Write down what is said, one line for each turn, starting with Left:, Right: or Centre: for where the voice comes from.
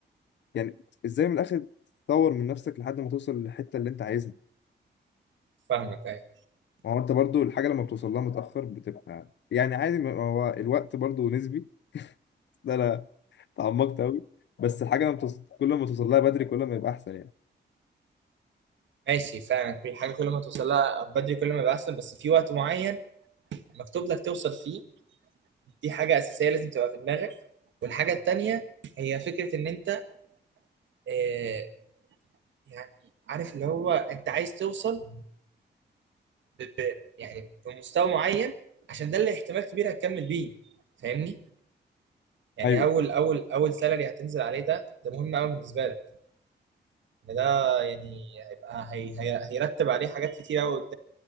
Left: يعني ازاي من الاخر تطور من نفسك لحد ما توصل للحته اللي انت عايزها
Right: فاهمك ايوه
Left: ما هو انت برضو الحاجه لما بتوصل لها متاخر بتبقى يعني عادي ما هو الوقت برضو نسبي ده انا تعمقت قوي بس الحاجه لما بتوصل... كل ما توصل لها بدري كل ما يبقى احسن يعني
Right: ماشي فعلا كل حاجه كل ما توصل لها بدري كل ما يبقى احسن بس في وقت معين مكتوب لك توصل فيه دي حاجه اساسيه لازم تبقى في دماغك والحاجه التانيه هي فكره ان انت آه يعني عارف اللي هو انت عايز توصل ب ب يعني بمستوى معين عشان ده اللي احتمال كبير هتكمل بيه فاهمني يعني
Left: ايوه
Right: اول اول اول سالري هتنزل عليه ده ده مهم قوي بالنسبه لك إن ده يعني هيبقى هي هي هيرتب عليه حاجات كتير قوي